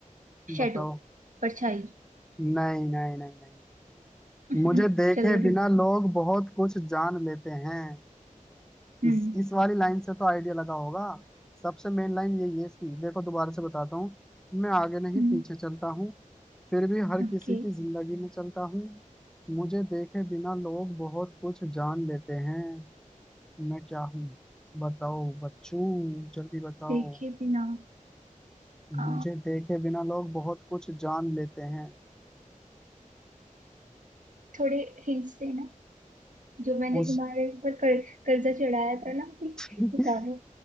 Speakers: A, on the right; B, in the centre.
A: शेडो
B: बताओ
A: परछाई
B: नहीं नहीं नहीं नहीं
A: <laughs>
B: मुझे देखे
A: चलो
B: बिना
A: रे
B: लोग बहुत कुछ जान लेते हैं
A: हम्म
B: इस इस वाली लाइन से तो आइडिया लगा होगा सबसे मेन लाइन यही है इसकी देखो दोबारा से बताता हूँ मैं आगे नहीं
A: हम्म
B: पीछे चलता हूँ फिर भी हर
A: ओके
B: किसी की जिंदगी में चलता हूँ मुझे देखे बिना लोग बहुत कुछ जान लेते हैं मैं क्या हूँ बताओ बच्चू जल्दी बताओ
A: देखे बिना आ,
B: मुझे देखे बिना लोग बहुत कुछ जान लेते हैं
A: थोड़े हिंट्स देना जो मैंने
B: उस
A: तुम्हारे ऊपर कर, कर्जा चढ़ाया था ना प्लीज
B: <laughs>
A: बता दो